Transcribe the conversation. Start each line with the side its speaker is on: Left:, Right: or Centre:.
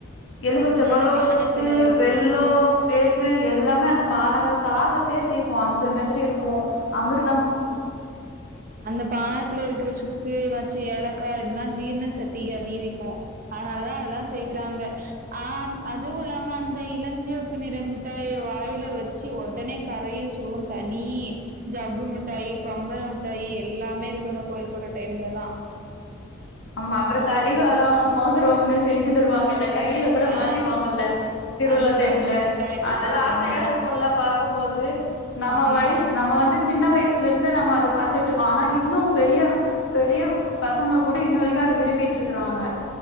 Left: எலுமிச்ச
Right: ஆ
Left: பலோ
Right: அந்த பானத்துல
Left: சுக்கு
Right: இருக்கிற
Left: வெள் லோ சேத்து எல்லாமே அந்த பானகோ தாகத்தே தீகு அந்த மாதிரி இருக்கு அவரு
Right: உம் அந்த பானகத்துல இருக்கிற சுக்கு வச்சு ஏலக்காய் இதெல்லா ஜீரண சக்திக அதிகரிக்கு அதனாலதா அதெலா சேக்குறாங்க அ அதுவு இல்லாம அந்த இளஞ்சிவப்பு நிறமிட்டாய வாயில வச் ச்சு ஒடனே கரையு சுகம் தனி ஜவ்வு மிட்டாயி பம்பர மிட்டாயி எல்லாமே இருக்கு அந்த கோயில் குட டைம்ல தா
Left: ஆமா அப்பற கடிகாரோ மோதுரோம்னு செஞ்சி தருவாங்கல்ல கைல கூட
Right: ஆ
Left: மாட்டிப்பாங்கல்ல திருவிழா
Right: அந்த
Left: டைம்ல
Right: ஜவ்வு மிட்டாய் அதுதா
Left: அதெலா ஆசையா
Right: ஆமா
Left: இருகுல்ல பாக்கும்போது நம்ம
Right: ஆமா
Left: வயச் நம்ம வந்து சின்ன வயசுல இருந்து நம்ம அத பாத்துட்ருக்கோ ஆனா இன்னு பெரிய பெரிய பசங்க கூட இன்ன வரைக்கு அத விரும்பிட்ருக்குறாங்க